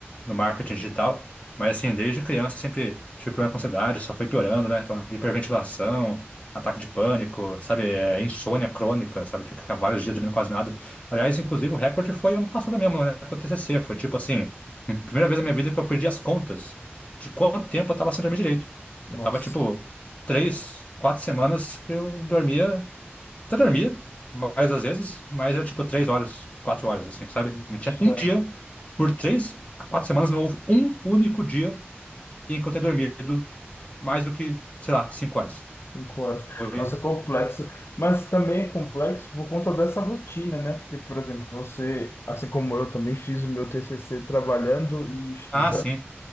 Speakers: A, on the left (about 35°); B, on the left (about 70°).
A: no marketing digital. Mas assim, desde criança sempre tive problema com ansiedade, só foi piorando, né? Então, hiperventilação, ataque de pânico, sabe? É, insônia crônica, sabe? Ficar vários dias dormindo quase nada. Aliás, inclusive, o recorde foi ano passado mesmo, né? Com o TCC, foi tipo assim, primeira vez na minha vida que eu perdi as contas de quanto tempo eu tava sem dormir direito.
B: Nossa.
A: Eu tava, tipo, três, quatro semanas que eu dormia até dormia, mais às vezes, mas era tipo três horas, quatro horas, assim, sabe?
B: Nossa,
A: Não tinha um dia, por três a quatro semanas, não houve um único dia em que eu tenha dormido mais do que, sei lá, cinco horas.
B: cinco horas.
A: Foi...
B: Nossa, é complexo. Mas também é complexo por conta dessa rotina, né? Porque, por exemplo, você, assim como eu, também fiz o meu TCC trabalhando e estudando.
A: Ah, sim,